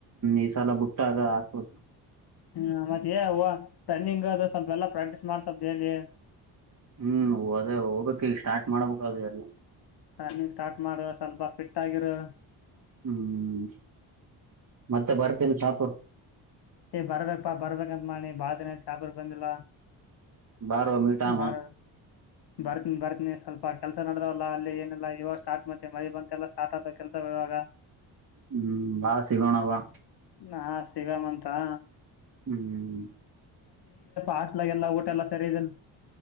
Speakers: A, on the right; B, on the left.
A: ಈ ಸಲ ಬುಟ್ಟಾಗ ಹಾಕ್ಬೇಕ
B: ಹ್ಮ ಮತ್ತೆ ರನ್ನಿಂಗ್ ಅದು ಸ್ವಲ್ಪ ಎಲ್ಲಾ ಪ್ರಾಕ್ಟೀಸ್ ಮಾಡ ಸ್ವಲ್್ದ ಹೇಳಿ
A: ಹ್ಮ್ ಅದೇ ಹೋಗ್ಬೇಕಕ್ ಈಗ ಸ್ಟಾರ್ಟ್ ಮಾಡ್ಬೇಕಕ್ದು ಎಲ್ಲ
B: ರನ್ನಿಂಗ್ ಸ್ಟಾರ್ಟ್ ಮಾಡುವ ಸ್ವಲ್ಪ ಫಿಟ್ ಆಗಿರು
A: ಹ್ಮ್ ಮತ್ತೆ ಬರ್ತೀನಿ ಶಾಪುರ್ಕ
B: ಏ ಬರ್ಬೇಕಾ ಬರ್ಬೇಕಂತ ಮಾಡಿ ಬಾಳ ದಿನ ಆಯ್ತಾ ಶಹಪುರ್ ಬಂದಿಲ್ಲ
A: ಬಾರೋ ಮೀಟಾಮ
B: ಬರ ಬರ್ತನಿ ಬರ್ತನಿ ಸ್ವಲ್ಪ ಕೆಲ್ಸ ನಡ್ರಲ್ಲ ಅಲ್ಲಿ ಏನಲ್ಲ ಇವಾಗ ಸ್ಟಾರ್ಟ್ ಮತ್ತೆ ಮ ಬಂತೆ ಎಲ್ಲ ಸ್ಟಾರ್ಟ್ ಆಗ್ತ ಕೆಲ್ಸ ಇಾಗ
A: ಹ್ಮ್ ಬಾ ಸಿಗೋಣ ಬಾ
B: ಹಾ ಸಿಗ್ಗಮಂತ್ ಹಾ
A: ಹ್ಮ್
B: ಹಾಸ್ಟ್ಲಾಗೆಲ್ಲ ಊಟ ಎಲ್ಲ ಸರಿ ಇದೆಲ್ಲ